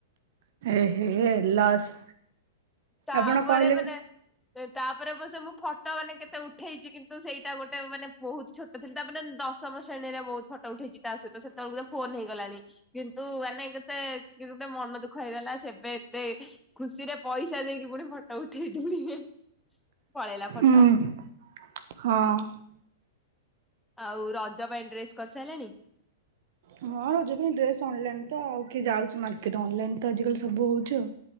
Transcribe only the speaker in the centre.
ତାପରେ
ମାନେ ତାପରେ ଅବଶ୍ୟ ମୁଁ ଫଟୋ ମାନେ କେତେ ଉଠେଇଛି। କିନ୍ତୁ ସେଇଟା ଗୋଟେ ମାନେ ବହୁତ ଛୋଟ ଥିଲି। ତାପରେ ଦଶମ ଶ୍ରେଣୀରେ ବହୁତ ଫଟୋ ଉଠେଇଛି ତା ସହିତ। ସେତେବେଳକୁ ଫୋନ ହେଇଗଲାଣି। କିନ୍ତୁ ମାନେ କେତେ ଗୋଟେ ମନ ଦୁଃଖ ହେଇଗଲା। ସେବେ ଏତେ ଖୁସିରେ ପଇସା ପଇସା ଦେଇକି ପୁଣି ଫଟୋ ଉଠେଇଥିଲି। ପଳେଇଲା ଫଟୋ।
ଆଉ ରଜ ପାଇଁ ଡ୍ରେସ କରିସାରିଲଣି?